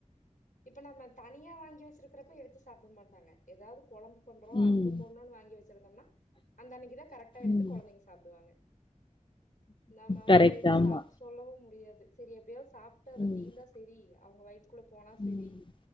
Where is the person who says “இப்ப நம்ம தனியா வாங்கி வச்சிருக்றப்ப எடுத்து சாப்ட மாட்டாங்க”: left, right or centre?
Left